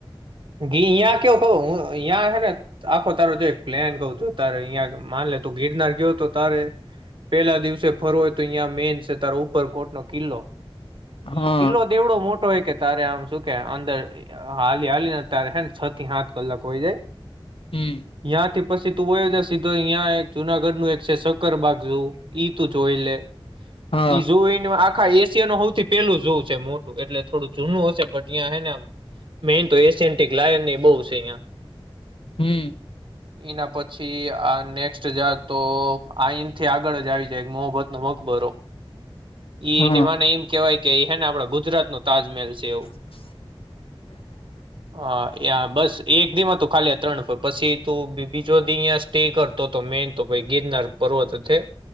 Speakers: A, on the right (about 60°); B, on the left (about 75°).
A: ઘી યાં કવ ક યાં હે ને? આખો તારો જો એક પ્લેન કહ છ તારે અહંયા માન લે તું ગિરનાર ગયો તો તારે પેલા દિવસે ફરવ હોય તો અહીં મેન છે તારો ઉપરકોટ નો કિલ્લો. ઈ
B: હા
A: કિલ્લો ઓવડો મોટો હોય કે તારે આમ શું કે અંદર હાલી હાલી હે છ થી સાત કલાક હોય જાય.
B: હમ
A: તયાંથી પછી તું વયો જ સીધો અહં એક જુનાગઢ નું એક છે શક્કરબાગ ઝુ. ઈ તું જોઈ લે
B: હા
A: ઈ જોઈ ને આ આખા એશિયા નું સૌથી પેલું જોવું છે મોટું એટલે થોડું જૂનું હશે બટ ત્યાં હને મેન તો એશિયન્ટિક લાયન ની બહુ છે અહિયાં
B: હમ
A: એના પછી આ નેક્સ્ટ જા તો આનથી આગળ જ આવી જાય મોહબ્બત ન મકબરો એને
B: હા
A: મને એમ કેહેવાય કે હે ને આપડ ગુજરાત ન તાજમહેલ છે એવું
B: હમ હ
A: અ યા બસ એક દિમ હતું ખાલી ત્રણ પછી તું બીજો દી અયા સે કરતો તો મેન તો ભાઈ ગિરનાર પર્વત છે